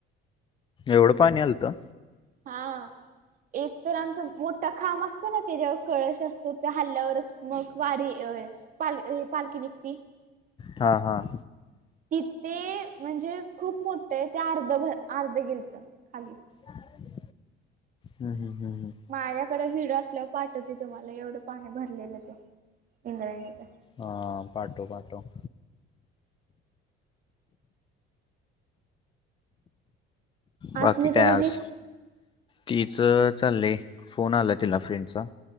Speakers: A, on the left; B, on the right.
A: एवढं पाणी आलतं
B: हां एक तरं आमचं मोठां खांब असतो नां तेच्यांवर कळंश असतो त्यां हल्ल्यांवरचं मंग वारी पाल पालखी निघती
A: हां, हां.
B: कि ते म्हणजे खूंप मोठं आहे ते अर्ध भ अर्ध गेलतं खाली
A: हम्मं हम्म हम्मं हमं
B: माझ्यांकडे विडो असल्यांवर पाठवते तुम्हांला एवढं पाणी भरलेलं ते इंद्रायणीचं
A: हां पाठवं पाठवं. बाकी
B: अस्मिता
A: कायं
B: दिदी
A: आंस तिचं चाललयं फोन आलायं तिलां फ्रेंडचां